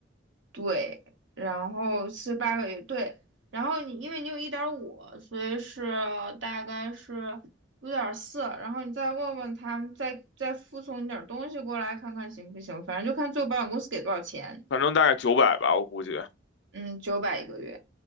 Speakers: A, on the right; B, on the left.
A: 对，然后四十八个月，对，然后你因为你有一点五，所以是大概是五点四，然后你再问问他们，再再附送你点儿东西过来看看行不行，反正就看最后保险公司给多少钱。
B: 反正大概九百吧，我估计
A: 嗯，九百一个月。